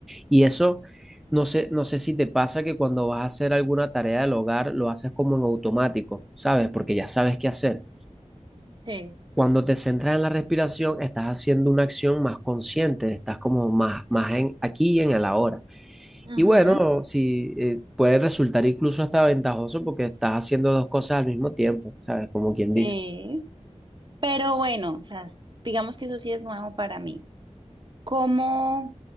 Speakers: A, in the centre; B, on the right.
A: Y eso, no sé, no sé si te pasa que cuando vas a hacer alguna tarea del hogar, lo haces como en automático, ¿sabes? Porque ya sabes qué hacer.
B: Sí.
A: Cuando te centras en la respiración, estás haciendo una acción más consciente, estás como más, más en aquí y en el ahora.
B: Ujú.
A: Y bueno, si eh, puede resultar incluso hasta ventajoso porque estás haciendo dos cosas al mismo tiempo, ¿sabes? Como quien dice.
B: Sí, pero bueno, o sea, digamos que eso sí es nuevo para mí. ¿Cómo,